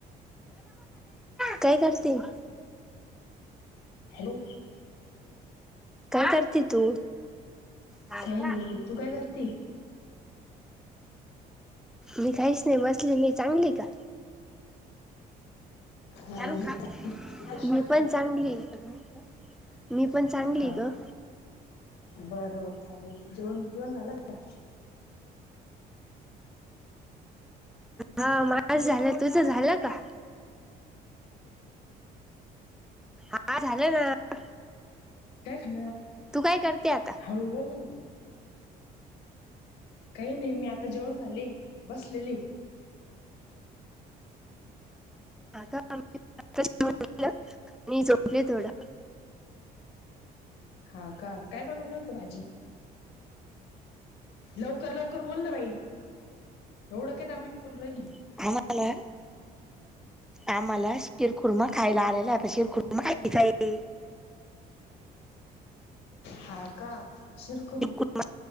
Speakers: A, in the centre; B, on the left.
A: काय करती?
B: हॅलो
A: काय करती तू? हा
B: काय
A: का
B: नाही तू काय करती?
A: मी काहीच नाय बसलेले. चांगली ये का?
B: हो
A: चारू
B: मी
A: खा,
B: कशी
A: मी पण चांगली ये, त्याजा मित्र, मी पण चांगली
B: हा
A: ये ग
B: बरं बरं चालल म, जेवण बिवण झालं का?
A: हा माज झालं, तुझ झालं का? हा झालं ना,
B: काय खाणार
A: तू काय करते आता?
B: हळू बोल न थोडं काही नाही. मी आता जेवण झाले. बसलेलीये.
A: आता <unintelligible> आता जेवण झालं मी झोपले थोडा.
B: हा का, काय बनवल होतं भाजी? लवकर, लवकर बोल न बाई, एवढं काय दमानी बोलू राहिली.
A: <unintelligible> आम्हाला शिरखुर्मा खायला आलेला हाय. आता शिरखुर्मा खायचा ये. <inaudible>
B: हा का, शिरकुर
A: शिरखुर्मा